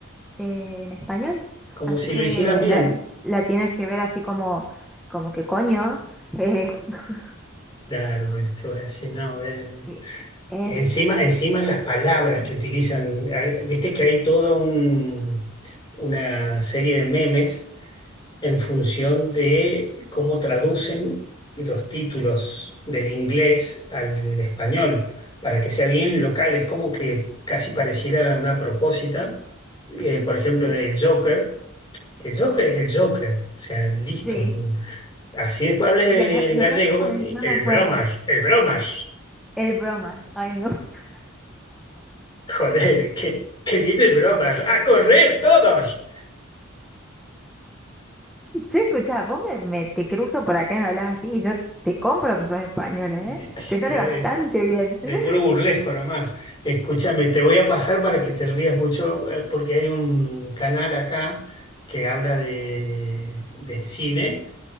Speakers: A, in the centre; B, on the left.
A: eh, en español.
B: como
A: Así
B: si
A: que
B: lo hicieran bien.
A: la, la tienes que ver así como, como que coño. eh, <laughs>
B: Claro, esto es, si no, ve.
A: y es,
B: Encima, encima las palabras que utilizan, eh, viste que hay toda un- una serie de memes en función de cómo traducen los títulos del inglés al español, para que sea bien local. Es como que casi pareciera una propósita, eh, por ejemplo,
A: sí,
B: del Joker. El Joker es el Joker, o sea, listo.
A: sí.
B: Así después hables
A: Y acá,
B: en
A: y
B: gallego,
A: acá como
B: eh,
A: es, no
B: el
A: me acuerdo.
B: bromas, el bromas.
A: El bromas, ay no. <laughs>
B: Joder, que, que viene el bromas. ¡A correr todos!
A: Che, escucha, vos me, me- te cruzo por acá y me hablas así y yo te compro que sos español,
B: De-
A: ¿eh? Te sale
B: Pero
A: bastante
B: de,
A: bien.
B: de
A: <laughs>
B: puro burlesco nomás. Escúchame, te voy a pasar para que te rías mucho, eh, porque hay un canal acá que habla de, de cine